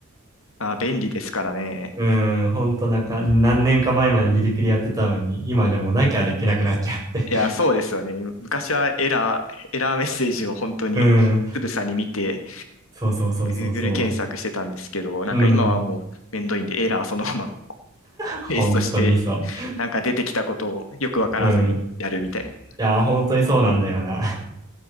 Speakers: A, on the left (about 70°); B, on the right (about 15°).
A: あー、便利ですからね。
B: うん、ほんとなんか、何年か前まで自力でやってたのに、今じゃもうなきゃできなくなっちゃって。
A: いや、そうですよね。昔はエラー、エラーメッセージを本当につぶさに見て、
B: <laughs> うん、そうそうそうそうそ
A: Google 検索してたんですけど、なんか今はもうめんどいんで、
B: う。うん、
A: エラーそのまま <laughs>
B: 本当にそう。
A: ペーストして、なんか出てきたことをよくわからずにやるみたいな。
B: うん。いや、本当にそうなんだよな。